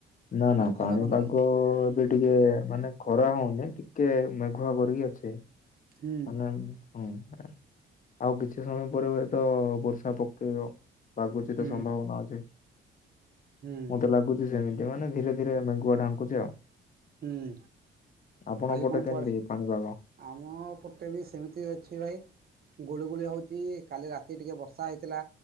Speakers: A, on the left (about 40°); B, on the right (about 50°).
A: ନା ନା
B: ଖରା
A: ପାଣିପାଗ
B: ମାରୁଛି?
A: ଏବେ ଟିକେ ମାନେ ଖରା ହଉନି। ଟିକେ ମେଘୁଆ କରିକି ଅଛି
B: ହୁଁ
A: ମାନେ ହଁ। ଆଉ କିଛି ସମୟ ପରେ ହୁଏତ ବର୍ଷା ପକେଇବ ଲାଗୁଛି
B: ହୁଁ
A: ତ ସମ୍ଭାବନା ଅଛି।
B: ହୁଁ
A: ମତେ ଲାଗୁଛି ସେମିତି ମାନେ ଧୀରେ ଧୀରେ ମେଘୁଆ ଢାଙ୍କୁୁଛି ଆଉ।
B: ହୁଁ
A: ଆପଣଙ୍କ
B: ଆଜି
A: ପଟେ
B: କଣ
A: କେମିତି
B: କୁଆଡ଼େ
A: ପାଣିପାଗ?
B: ଆମ ଗୋଟେ ବି ସେମିତି ଅଛି ଭାଇ ଗୁଳିୁ ଗୁଳି ହଉଛି କାଲି ରାତି ଟିକେ ବର୍ଷା ହେଇଥିଲା।